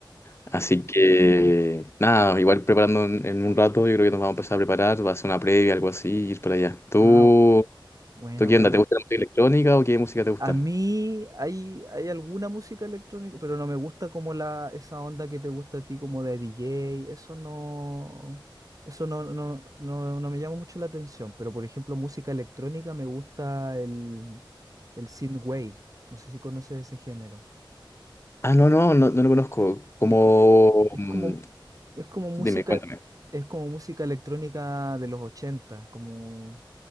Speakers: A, on the left; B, on the right.
A: Así que, nada, igual preparando en, en un rato, yo creo que nos vamos a empezar a preparar, va a ser una previa, algo así, y ir para allá. ¿Tú,
B: Ah, ah, buena,
A: tú qué
B: buena.
A: onda? ¿Te gusta la música electrónica o qué música te gusta?
B: A mí hay, hay alguna música electrónica, pero no me gusta como la, esa onda que te gusta a ti, como de DJ. Eso no, eso no, no, no, no me llama mucho la atención. Pero por ejemplo, música electrónica me gusta el, el synthwave. No sé si conoces ese género.
A: Ah, no, no, no, no lo conozco. Como,
B: Es, co- es
A: mm,
B: como, es como música,
A: dime, cuéntame.
B: es como música electrónica de los 80 como,